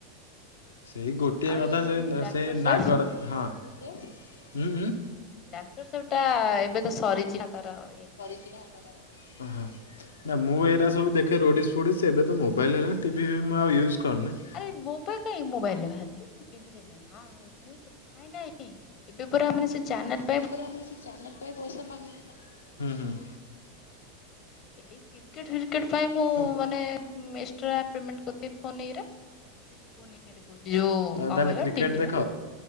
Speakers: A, on the left (about 80°); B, on the left (about 40°).
A: ସେଇ ଗୋଟିଏ
B: ଆଉ
A: କଥା
B: ଏଇ ଯୋଉ
A: ସେ
B: ଲାପଟପ୍
A: ସେଇ
B: ସେଫ୍
A: ନାଗର। ହଁ ଉଁ ଉଁ।
B: ଲ୍ୟାପଟର ସୋ ଟା ଏବେ ତ ସରିଛି ନା ତାର ଇଏ।
A: ଓ ହଁ। ନା ମୁଁ ଏରା ସବୁ ଦେଖେ ରୋଡ଼ିସ ଫୋଡ଼ିସ୍ ଏବେ ତ ମୋବାଇଲ୍ ହେଲା ଟିଭି ଫିବି ମୁଁ ଆଉ ୟୁଜ୍ କରୁନି ‌।
B: ଆରେ ମୋ ପାଖରେ କାଇଁ ମୋବାଇଲ ରେ ବାହାରୁଛି ଟିଭିରେ କାଇଁ ହଁ ମୁଁ ମୁଁ। ନାଇଁ ନାଇଁ ଏବେ ପୁରା ମାନେ ସେ ଚାନେଲ।
A: ସେ ପୁରା ମାନେ ସେ ଚ୍ୟାନେଲ ପାଇଁ ପଇସା ମାଗୁଛି ନାଁ।
B: ଏଇ କ୍ରିକେଟ ଫ୍ରିକେଟ। ସେଥି ପାଇଁ ମୁଁ
A: ହୁଁ
B: ମାନେ ଉଁ ଏକ୍ସଟ୍ରା ପେମେଣ୍ଟ କରିଦିଏ ଫୋନ ଇଏରେ ଯୋଉ ଫୋନ‌ ଇ ଏ। କହୁଛି ଯୋଉ କଣ
A: ତାହେଲେ
B: କହିଲ
A: କ୍ରିକେଟ
B: ଟିଭିରେ
A: ଦେଖ?